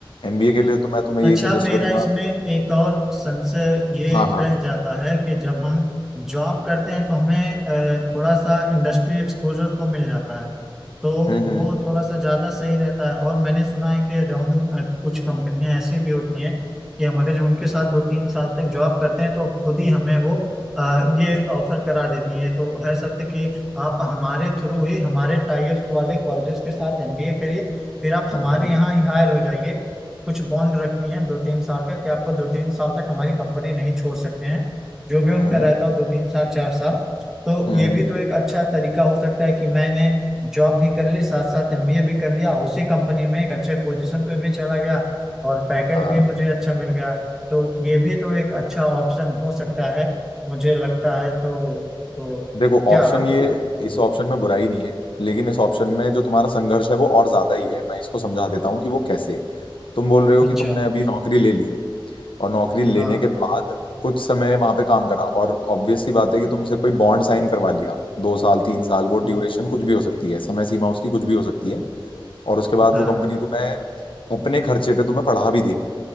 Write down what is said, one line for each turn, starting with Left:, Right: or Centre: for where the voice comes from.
Left: एमबीए के लिए तो मैं तुम्हें
Centre: अच्छा
Left: यही सजेस्ट
Centre: मेरा
Left: करूंगा
Centre: इसमें एक और संशय ये
Left: हाँ हाँ
Centre: रह जाता है कि जब हम जॉब करते हैं तो हमें अ, थोड़ा सा इंडस्ट्री एक्सपोजर तो मिल जाता है तो
Left: हम्म हम्म
Centre: वो थोड़ा सा ज़्यादा सही रहता है और मैंने सुना है कि जो हम अ, कुछ कंपनियां ऐसी भी होती हैं कि हम अगर जो उनके साथ दो तीन साल तक जॉब करते हैं तो खुद ही हमें वो अ, ये ऑफर करा देती हैं ये तो है सत्य कि आप हमारे थ्रू ही हमारे टाइप्स वाले कॉलेजेस के साथ एमबीए करिए फिर आप हमारे
Left: हम्म हम्म।
Centre: यहाँ ही हायर हो जाइए कुछ बॉन्ड रखी हैं दो तीन साल का कि आपको दो तीन साल तक हमारी कंपनी नहीं छोड़ सकते हैं जो भी
Left: हम्म
Centre: उनका रहता हो दो तीन साल चार साल तो
Left: हम्म,
Centre: ये भी तो एक अच्छा तरीका हो सकता है कि मैंने जॉब भी कर ली साथ साथ एमबीए भी कर लिया उसी कंपनी में एक अच्छे पोजीशन पे भी चला गया और पैकेज
Left: हाँ
Centre: भी मुझे अच्छा मिल गया तो ये भी तो एक अच्छा ऑप्शन हो सकता है मुझे लगता है तो तो
Left: देखो
Centre: क्या
Left: ऑप्शन
Centre: आपको
Left: ये
Centre: क्या लगता
Left: इस ऑप्शन में बुराई नहीं है लेकिन इस ऑप्शन में जो तुम्हारा संघर्ष है वो और ज्यादा ही है मैं इसको समझा देता हूँ कि वो कैसे तुम बोल रहे हो
Centre: है?
Left: कि
Centre: अच्छा
Left: तुमने अभी नौकरी ले ली और नौकरी लेने
Centre: हाँ
Left: के बाद कुछ समय वहां पे काम करा और ऑब्वियस सी बात है कि तुमसे कोई बॉन्ड साइन करवा लिया दो साल तीन साल वो
Centre: हाँ
Left: ड्यूरेशन कुछ भी हो सकती है समय सीमा उसकी कुछ भी हो सकती है और उसके बाद
Centre: हाँ
Left: वो कंपनी तुम्हें अपने खर्चे पे तुम्हें पढ़ा भी देगी